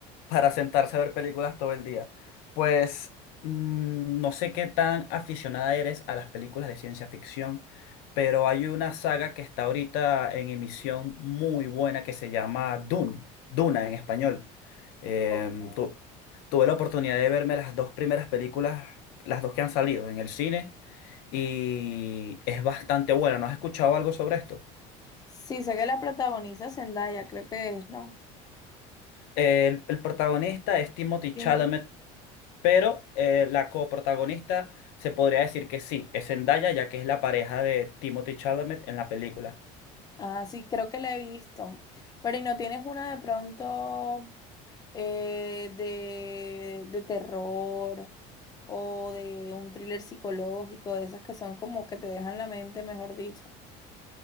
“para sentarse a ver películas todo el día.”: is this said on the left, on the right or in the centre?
Left